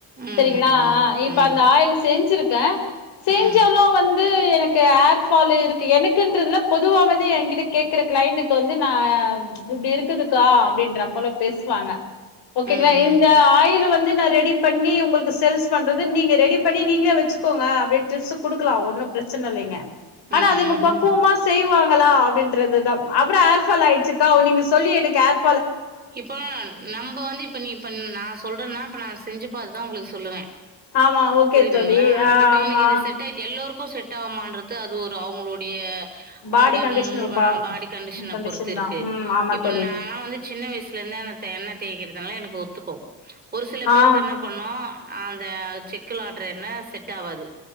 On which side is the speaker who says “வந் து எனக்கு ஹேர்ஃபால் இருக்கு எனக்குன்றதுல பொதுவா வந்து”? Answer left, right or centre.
Left